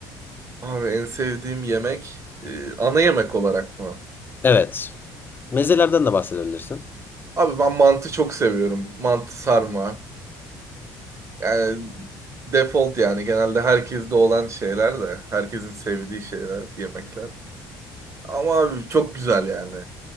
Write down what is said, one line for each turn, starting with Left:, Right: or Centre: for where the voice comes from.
Right: Abi en sevdiğim yemek e, ana yemek olarak mı?
Left: Evet. Mezelerden de bahsedebilirsin.
Right: Abi ben mantı çok seviyorum. Mantı sarma. Yani default yani genelde herkeste olan şeyler de herkesin sevdiği şeyler yemekler. Ama abi çok güzel yani.